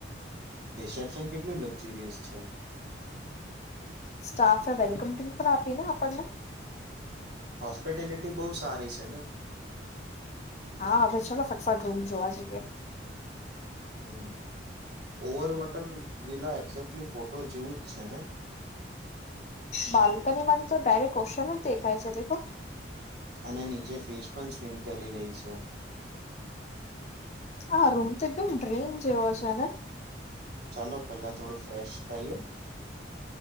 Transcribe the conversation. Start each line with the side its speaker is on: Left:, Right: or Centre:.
Right: રિસેપ્શન કેટલું લક્ઝુરિયસ છે.
Left: સ્ટાફે વેલકમ તો પણ આપી ને આપણને.
Right: હોસ્પિટેલિટી બહુ સારી છે ને.
Left: હા, હવે છે ને, સકસટ રૂમ જોવા જઈએ.
Right: હમ, over water villa exactly photo જેવું જ છે ને.
Left: બાલ્કનીમાં તો ડાયરેક્ટ ઓશન દેખાાય છે, તે
Right: અને નીચે ફિશ પણ સ્વિમ કરી રહી છે.
Left: હા, રૂમ તો એકદમ ડ્રેન જેવો છે.
Right: ચાલો, પેલા થોડું ફ્રેશ થઈએ.